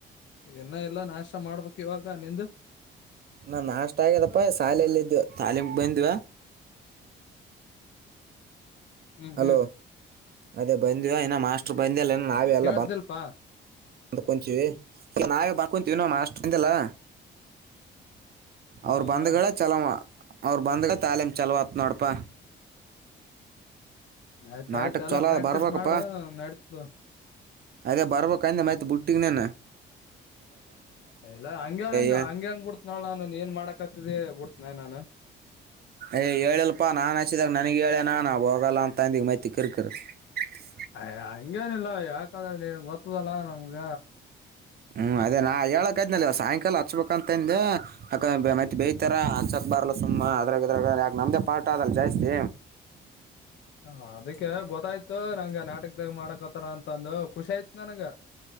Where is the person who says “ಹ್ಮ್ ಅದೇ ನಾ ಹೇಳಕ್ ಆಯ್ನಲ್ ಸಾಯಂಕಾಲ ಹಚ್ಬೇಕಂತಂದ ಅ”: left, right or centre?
Right